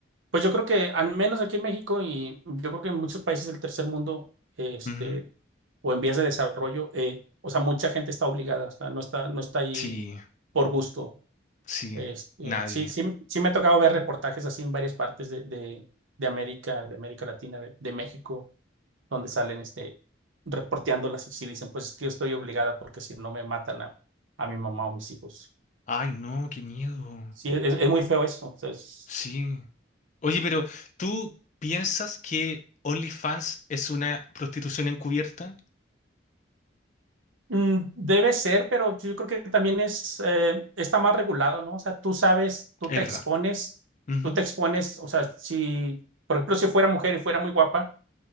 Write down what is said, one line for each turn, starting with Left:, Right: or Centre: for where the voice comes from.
Right: Pues yo creo que al menos aquí en México y yo creo que en muchos países del tercer mundo, este,
Left: Ujú.
Right: o en vías de desarrollo, eh, o sea, mucha gente está obligada, o sea, no está, no está ahí
Left: Sí,
Right: por gusto.
Left: sí,
Right: Este,
Left: nadie.
Right: sí, sí, sí me ha tocado ver reportajes así en varias partes de, de, de América, de América Latina, de, de México, donde salen este, reporteándolas y sí dicen, pues es que yo estoy obligada porque si no me matan a, a mi mamá o mis hijos.
Left: Ay, no, qué miedo.
Right: Sí, es, es muy feo eso. o sea, es-
Left: Sí. Oye, pero ¿tú piensas que OnlyFans es una prostitución encubierta?
Right: mm, debe ser, pero yo creo que también es, eh, está más regulado, ¿no? O sea, tú sabes, tú
Left: Es
Right: te
Left: verdad.
Right: expones,
Left: Ujú.
Right: tú te expones, o sea, si, por ejemplo, si fuera mujer y fuera muy guapa,